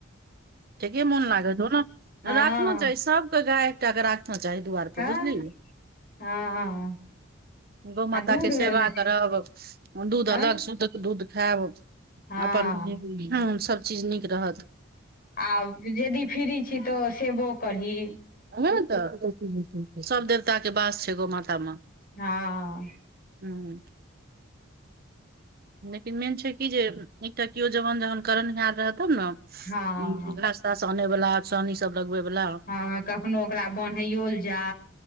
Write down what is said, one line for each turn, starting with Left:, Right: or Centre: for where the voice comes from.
Right: ठीके मोन लागत हो ने
Left: हँ
Right: रातम जाय सबके गाय एकटाे राखना चाही दुआरिप
Left: हँ
Right: बुझलिय
Left: हँ
Right: गौ
Left: आ
Right: माता
Left: दूध
Right: के सेवा
Left: भेल
Right: करब दूध
Left: तऽ
Right: अलग शुद्धके दूध खायब
Left: हँ
Right: अपन सभ चीज नीक रहत
Left: आ जदी फरी छी तऽ सेबो करी
Right: ने न तऽ सब देवता के बास छै गो मातामे
Left: हँ
Right: हू लेकिन मेन छै कि जे एकटा किओ जवान जहन करण याद रहत तब ने
Left: हँ
Right: उ नास तास आनै वाला सानी सब लगबे वालला
Left: हँ कखनो ओकरा बन्हैयो ल जा